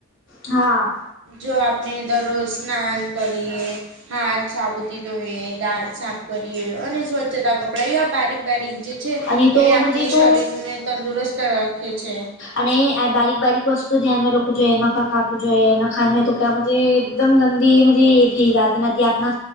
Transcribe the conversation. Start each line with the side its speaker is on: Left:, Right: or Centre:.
Left: હા.
Right: જો આપને દરરોજ સ્નન કરી્યું હાથ સાબુતી ધોઈ દાંત સા કરીએ અને સ્વચ્છતા કપડા એવા બારીક બારીક જે છે
Left: અને તો
Right: એ આપણે
Left: મજે તો
Right: શરીરને તંદુરસ્ત રાખે છે.
Left: અને બારીક બારીક કછ તો ધ્યાનમાં રકું જોઈએ ના ખા ખાાવું જોઈએ ના ખા તો ક્યાજે એકદમ ગંદી મુજ એ થઈ જતી ના